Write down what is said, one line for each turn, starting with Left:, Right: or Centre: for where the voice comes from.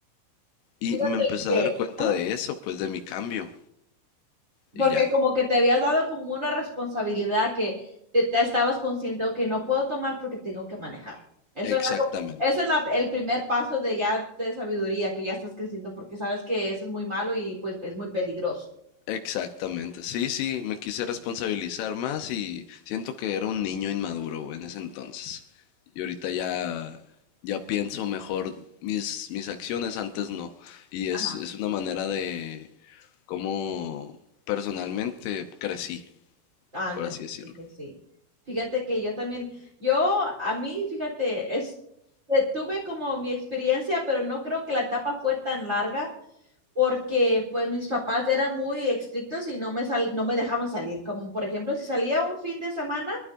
Left: Y
Right: Fíjate
Left: me empecé
Right: que,
Left: a dar cuenta
Right: Ah,
Left: de eso, pues de mi cambio. Y
Right: porque
Left: ya.
Right: como que te habías dado como una responsabilidad que te, te estabas consciente, ok, no puedo tomar porque tengo que manejar. Eso
Left: Exactamente.
Right: era como, ese es la- el primer paso de ya de sabiduría, que ya estás creciendo, porque sabes que eso es muy malo y pues es muy peligroso.
Left: Exactamente. Sí, sí, me quise responsabilizar más y siento que era un niño inmaduro güey, en ese entonces. Y ahorita ya, ya pienso mejor mis, mis acciones, antes no. Y es,
Right: ajá.
Left: es una manera de cómo personalmente crecí,
Right: Ándale,
Left: por así decirlo.
Right: sí, sí. sí. Fíjate que yo también, yo a mí, fíjate, es, eh, tuve como mi experiencia, pero no creo que la etapa fue tan larga porque pues mis papás eran muy estrictos y no me, sal- no me dejaban salir. Como por ejemplo, si salía un fin de semana,